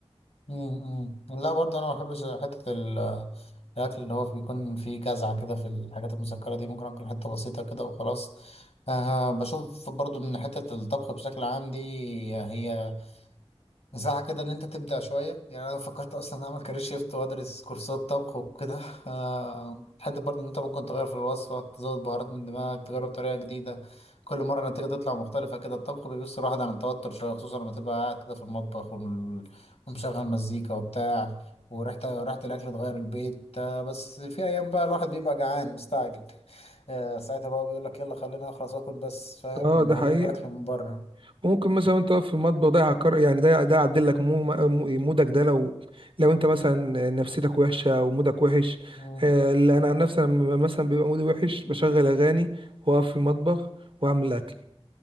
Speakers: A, on the left (about 75°); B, on the right (about 55°).
A: امم لا برضه انا ما بحبش حته ال- الاكل اللي هو بيكون فيه جزعه كده في الحاجات المسكره دي ممكن اكل حته بسيطه كده وخلاص آه بشوف برضه ان حته الطبخ بشكل عام دي هي مساحة كده إن أنت تبدع شوية يعني أنا فكرت أصلا أعمل كارير شيفت وأدرس كورسات طبخ وكده آه، حتى برضه إن أنت ممكن تغير في الوصفة تزود بهارات من دماغك تجرب طريقة جديدة كل مرة النتيجة تطلع مختلفة كده الطبخ بيبص الواحد عن التوتر شوية خصوصا لما تبقى قاعد كده في المطبخ وال- ومشغل مزيكا وبتاع وريحة ريحة الأكل تغير البيت آه، بس في أيام بقى الواحد بيبقى جعان مستعجل آه، ساعتها بقى بيقول لك يلا خلينا أخلص وآكل بس فاهم
B: اه
A: اللي
B: ده
A: هو
B: حقيقه
A: بيجيب أكل من بره
B: ممكن مثلا انت واقف في المطبخ ده يعكر يعني ده ده يعدل لك مو مو- مودك ده لو لو انت مثلا نفسيتك وحشه او مودك وحش
A: مم،
B: آه، لا، انا عن نفسي لما مثلا بيبقى مودي وحش بشغل اغاني واقف في المطبخ واعمل اكل